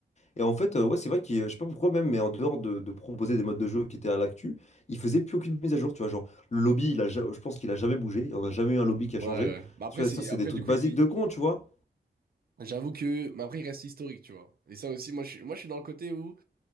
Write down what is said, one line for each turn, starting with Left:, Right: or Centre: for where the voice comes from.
Left: Et en fait, euh, ouais, c'est vrai qu'il, je sais pas pourquoi même, mais en dehors de, de proposer des modes de jeu qui étaient à l'actu, il faisait plus aucune mise à jour. Tu vois, genre, le lobby, il a, ja- je pense qu'il a jamais bougé. On n'a jamais eu un lobby qui a
Right: Ouais,
Left: changé.
Right: ouais. ouais. Bah après,
Left: Tu vois,
Right: c'est...
Left: ça, c'est
Right: après,
Left: des trucs
Right: du coup,
Left: basiques
Right: il...
Left: de con, tu vois.
Right: j'avoue que... Mais après, il reste historique, tu vois. Et ça aussi, moi, je suis, moi, je suis dans le côté où...